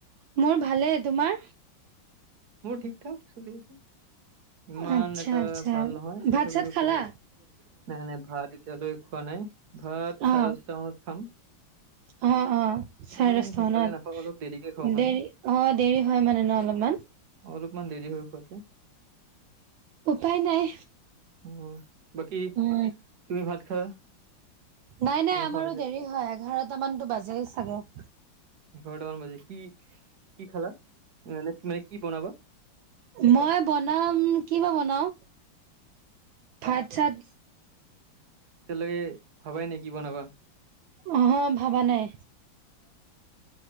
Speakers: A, on the right; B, on the right.
A: মোৰ ভালে তোমাৰ
B: মোৰ ঠিক ঠাক চলি আছে। ইমান
A: আচ্ছা
B: এটা
A: আচ্ছা
B: ভাল নহয়
A: ভাত
B: তথাপি
A: চাত
B: ক'ব।
A: খালা
B: নাই নাই ভাত এতিয়ালৈ খোৱা নাই। ভাত চাৰে
A: অ
B: দশটা মানত খাম।
A: অ', অ', চাৰে
B: ইমান
A: দশটা
B: সোনকালে
A: মানত,
B: নাখাওঁ অলপ দেৰিকে খাওঁ মানে
A: দেৰি অ', দেৰি হয় মানে ন' <inaudible> মান
B: অলপমান দেৰি হয় শুতে।
A: উপায় নাই
B: উম, বাকী
A: উম
B: তুমি ভাত খালা?
A: নাই
B: তুমি
A: নাই আমাৰো
B: খোৱা চাগে
A: দেৰি হয়, এঘাৰটা মানতো বাজেই চাগে।
B: এঘাৰটামান বাজি কি কি খালা? নেনে তুমে কি বনাবা?
A: মই বনাম কি বা বনাও ভাত চাত।
B: এতিয়ালৈকে ভাবাই নাই কি বনাবা?
A: অহ, ভাবা নাই।